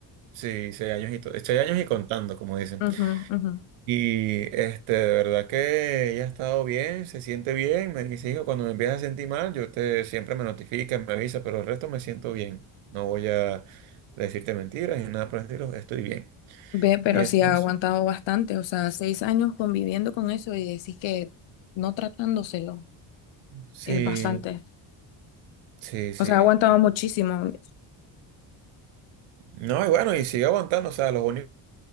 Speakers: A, on the right (about 75°); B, on the left (about 65°).
A: sí, seis años y, to- seis años y contando, como dicen.
B: Ujú, ujú.
A: Y este, de verdad que ella ha estado bien, se siente bien, me dice, hijo, cuando me empiezas a sentir mal, yo te siempre me notifica, me avisa, pero el resto me siento bien. No voy a decirte mentiras ni nada por el estilo, estoy bien.
B: Ve, pero
A: Y entonces,
B: sí ha aguantado bastante, o sea, seis años conviviendo con eso y decís que no tratándoselo.
A: sí.
B: eh, bastante.
A: Sí, sí.
B: O sea, aguantaba muchísimo.
A: No, y bueno, y sigue aguantando, o sea, los únicos